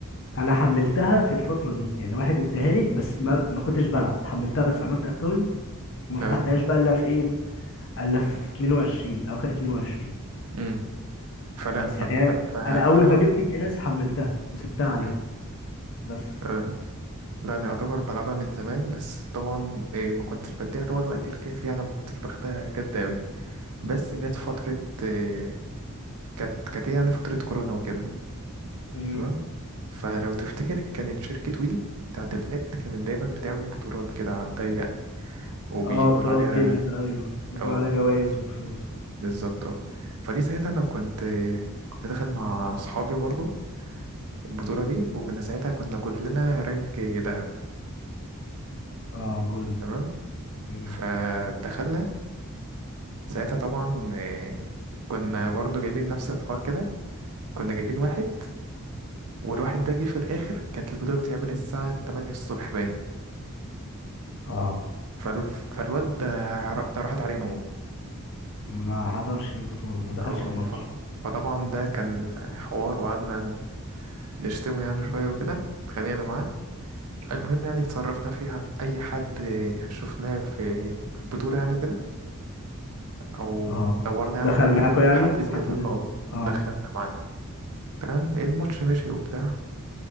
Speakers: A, on the left; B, on the right.
A: انا حملتها في الفترة دي يعني واحد اداها لي بس ما ما كنتش بلعب حملتها بس عملت اكونت وما
B: اه.
A: فتحتهاش بقى الا في ايه الا في 22 في اخر 22
B: مم. فلا
A: بس
B: ف...
A: يعني
B: ف...
A: هي-
B: ف...
A: انا اول
B: فانا
A: ما جبت الجهاز حملتها وسبتها عليه
B: مم.
A: بس
B: آه. لا انا يعتبر بلعبها من زمان بس طبعا إيه ما كنتش بديها اللي هو الوقت الكافي يعني ما كنتش باخدها جد قوي بس جت فترة إيه كانت كانت إيه يعني فترة كورونا وكده
A: امم
B: تمام فلو تفتكر كانت شركة وي بتاعت النت كانت دايما بتعمل بطولات كده على الضيق وبيقول
A: اه بطولات
B: عليها
A: جيمز ايوه بيكون
B: اه
A: عليها جوائز وفلوس
B: بالظبط اه فدي ساعتها انا كنت كنت داخل مع صحابي برضو البطولة دي وكنا ساعتها كنا كلنا رانك ذهب
A: اه جولد
B: تمام
A: امم
B: فدخلنا ساعتها طبعا آه، كنا برضو جايبين نفس الحوار كده كنا جايبين واحد والواحد ده جه في الآخر كانت البطولة بتتعمل الساعة 8 الصبح باين
A: اه
B: فالو- فالواد ده ر- ده راحت عليه نومة
A: ما حضرش البطولة ما دخلش
B: اه
A: الماتش
B: ف... فطبعا ده كان حوار وقعدنا نشتمه يعني شوية وكده اتخانقنا معاه المهم يعني اتصرفنا فيها في أي حد شفناه في في البطولة يعني وكده أو
A: اه
B: دورنا يعني
A: دخل
B: على
A: معاكوا
B: أي
A: يعني
B: حد زيادة
A: حد د-
B: اه
A: اه
B: دخلنا معانا تمام الماتش مشي وبتاع